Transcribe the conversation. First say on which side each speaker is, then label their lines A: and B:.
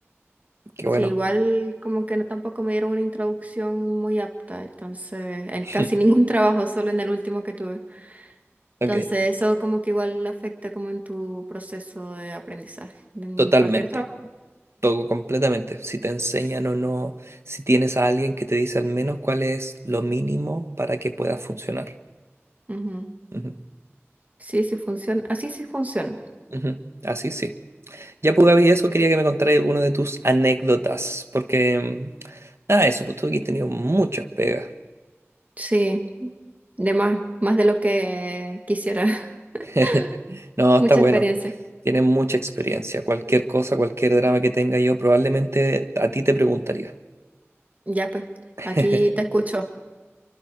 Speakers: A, on the right; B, on the right.
A: qué
B: Sí,
A: bueno.
B: igual como que no tampoco me dieron una introducción muy apta, entonces, en
A: <laughs>
B: casi <laughs> ningún trabajo, solo en el último que tuve.
A: Ok,
B: Entonces, eso como que igual afecta como en tu proceso de aprendizaje, en
A: totalmente.
B: cualquier trabajo.
A: Todo completamente. Si te enseñan o no, si tienes a alguien que te dice al menos cuál es lo mínimo para que puedas funcionar.
B: Ujú, ujú.
A: Ujú,
B: Sí, sí funciona. Así sí funciona.
A: ujú. Así sí. Ya, pues, Gaby, eso quería que me contaras algunas de tus anécdotas, porque, mm, nada, eso, pues tú aquí has tenido muchas pegas.
B: Sí, de más, más de lo que quisiera. <laughs>
A: <laughs> No, está
B: Mucha
A: bueno.
B: experiencia.
A: Tienes mucha experiencia. Cualquier cosa, cualquier drama que tenga yo, probablemente a ti te preguntaría.
B: Ya pues,
A: <laughs>
B: aquí te escucho.